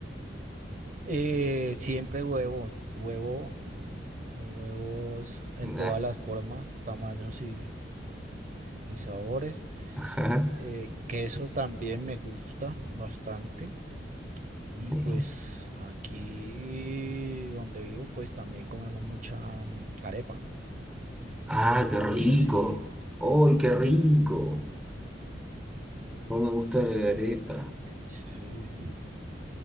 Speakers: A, on the right; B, in the centre.
A: Eh, siempre huevos, huevo con huevos en
B: Nah.
A: todas las formas, tamaños y, y sabores.
B: Ajá. <laughs>
A: Eh, queso también me gusta bastante.
B: Sí.
A: Y pues aquí donde vivo, pues también comemos mucha mm, arepa.
B: Ah, qué rico.
A: No sé si...
B: ¡Ay, qué rico! No me gusta la arepa.
A: Sí,